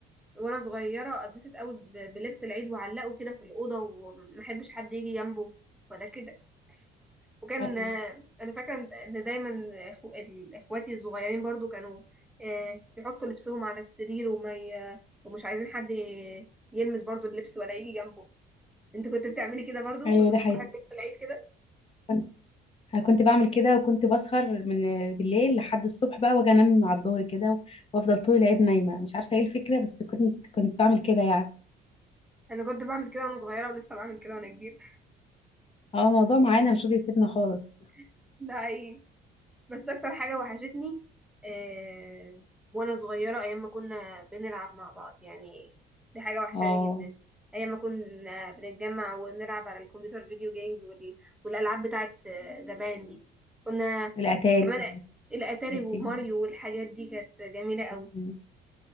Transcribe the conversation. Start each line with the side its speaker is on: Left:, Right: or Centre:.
Centre: وأنا صغيرة أتبسط قوي ب- بلبس العيد وأعلقه كده في الأوضة ومحبش حد يجي جنبه ولا كده وكان
Left: أيوه
Centre: آه، أنا فاكرة إن إن دايما إخو- ال- إخواتي الصغيرين برضو كانوا آه، بيحطوا لبسهم على السرير وما ي... ومش عايزين حد ي- يلمس برضو اللبس ولا يجي جنبه انت كنت بتعملي كده برضو
Left: أيوه،
Centre: كنت
Left: ده
Centre: بتصاحبي
Left: حقيقة
Centre: في نفس العيد كده
Left: كنت كنت بعمل كده وكنت بسهر من بالليل لحد الصبح بقى واجي انام على الظهر كده وافضل طول العيد نايمة مش عارفة ايه الفكرة بس كنت كنت بعمل كده يعني
Centre: انا كنت بعمل كده وانا صغيره ولسه بعمل كده وانا كبير
Left: اه الموضوع معانا مش راضي يسيبنا خالص
Centre: <laughs> ده حقيقي بس اكتر حاجه وحشتني آه وانا صغيره ايام ما كنا بنلعب مع بعض يعني دي حاجه وحشاني
Left: اه
Centre: جدا ايام ما كنا بنتجمع ونلعب على الكمبيوتر فيديو جيمز وال... والالعاب بتاعت آه، زمان دي كنا
Left: الأتاري
Centre: كمان الاتاري
Left: ودي
Centre: وماريو والحاجات دي كانت جميله قوي
Left: مم.